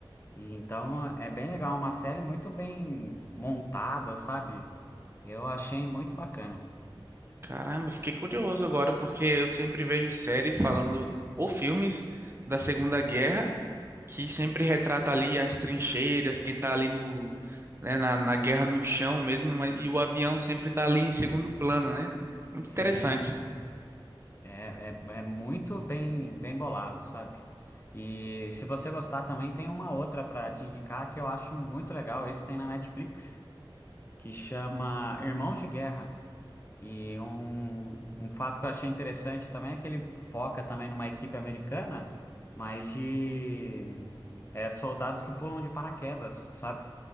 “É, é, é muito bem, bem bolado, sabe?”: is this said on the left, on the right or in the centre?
Left